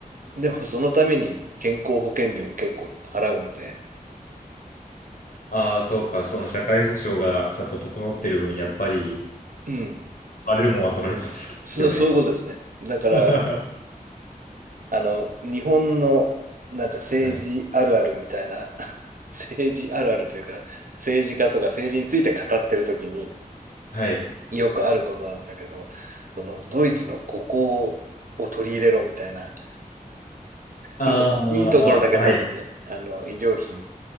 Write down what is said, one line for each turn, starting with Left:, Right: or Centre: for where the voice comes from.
Right: でもそのために健康保険料を結構払うので、
Left: ああ、そうか、その社会保障がちゃんと整ってる分、やっぱり、
Right: うん、
Left: バレるもんは取られますよね。
Right: そ、そういうことですね。だから、
Left: <laughs>
Right: あの、日本のなんか政治あるあるみたいな、
Left: はい。
Right: <laughs> 政治あるあるというか、政治家とか政治について語ってるときに
Left: はい。
Right: よくあることなんだけど、そのドイツのここを取り入れろみたいな、
Left: あ
Right: あのいいところだけ取ってね、
Left: あ、はい。
Right: あの、医療費